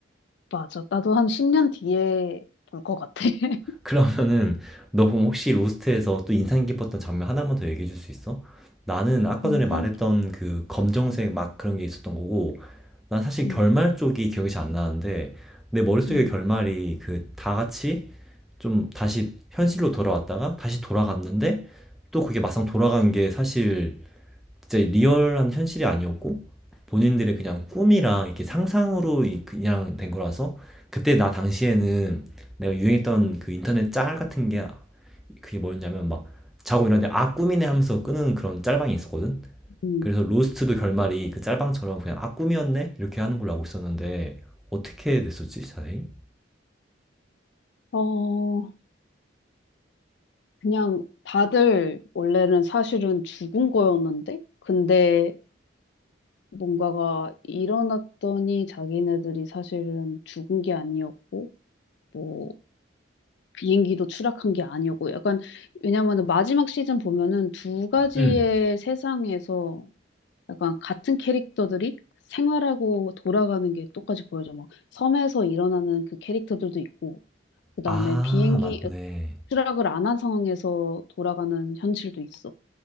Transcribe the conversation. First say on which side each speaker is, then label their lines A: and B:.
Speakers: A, on the left; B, in the centre.
A: 맞아. 나도 한 10년 뒤에 볼 것 같아. <laughs>
B: 그러면은 너 그럼 혹시 로스트에서 또 인상 깊었던 장면 하나만 더 얘기해 줄 수 있어? 나는 아까
A: 인상
B: 전에 말했던
A: 깊고.
B: 그 검정색 막 그런 게 있었던 거고, 난 사실
A: 음,
B: 결말 쪽이 기억이 잘 안 나는데 내 머릿속의
A: 음,
B: 결말이 그 다 같이 좀 다시 현실로 돌아왔다가 다시 돌아갔는데 또 그게 막상 돌아간 게 사실 진짜 리얼한 현실이 아니었고 본인들의 그냥 꿈이랑 이렇게 상상으로 그냥 된 거라서 그때 나 당시에는 내가 유행했던 그 인터넷 짤 같은 게 그게 뭐였냐면 막 자고 일어났는데 아 꿈이네 하면서 끄는 그런 짤방이 있었거든.
A: 음.
B: 그래서 로스트도 결말이 그 짤방처럼 그냥 아 꿈이었네 이렇게 하는 걸로 알고 있었는데 어떻게 됐었지 자세히?
A: 어, 그냥 다들 원래는 사실은 죽은 거였는데, 근데 뭔가가 일어났더니 자기네들이 사실은 죽은 게 아니었고, 뭐, 비행기도 추락한 게 아니었고 약간 왜냐면은 마지막 시즌 보면은 두 가지의
B: 응.
A: 세상에서 약간 같은 캐릭터들이 생활하고 돌아가는 게 똑같이 보여져. 막 섬에서 일어나는 그 캐릭터들도 있고 그다음에
B: 아
A: 비행기
B: 맞네.
A: 어, 추락을 안 한 상황에서 돌아가는 현실도 있어.